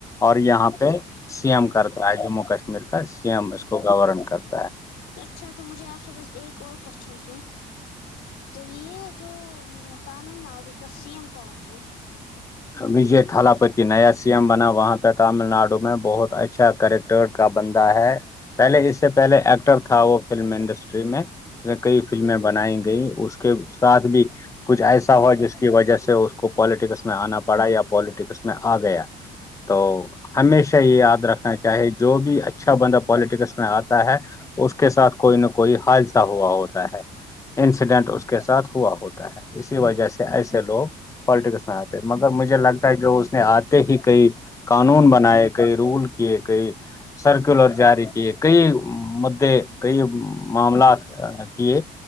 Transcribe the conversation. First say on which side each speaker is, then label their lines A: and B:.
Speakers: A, on the left (about 20°); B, on the left (about 85°).
A: اور یہاں پہ سی ایم کرتا ہے جموں کشمیر کا سی ایم اس کو گورن کرتا
B: اچھا تو مجھے آپ سے پاس ایک اور کوشچن ہے تو یہ جو تامل ناڈو کا سی ایم کون ہے
A: وجے تھال پ کی نیا سی ایم بنا وہاں پہ تامل ناڈو میں بہت اچھا کرٹر کا بندا ہے پہلے ج سے پہلے ایکٹر تھا وہ فلم انڈسٹری میں کئی فلمیں بنائی گئ اس کے ساتھ بھی کچھ ایسا ہوا جس کی وجہ سے کو پولیٹکس میں آنا پڑا یا پولییٹکس میں آ گیا تو ہمیشہ یہ یاد رکھنا چاہیے جو بھی اچھا بندہ پالٹکس میں آتا ہے اس کے ساتھ کوئی نہ کوئی حادثہ ہوا ہوتا ہے انسیڈنٹ اس کے ساتھ ہوا ہوتا ہے اسی وجہ سے ایسے لوگ پالیٹکس میں آتے مگر مجھے لگتا ہے جو اس نے آتے ہی کئی قانون بنائے کئی رول کیے کئی سرکولر جاری کیے کئی مددے کئی معاملات کیے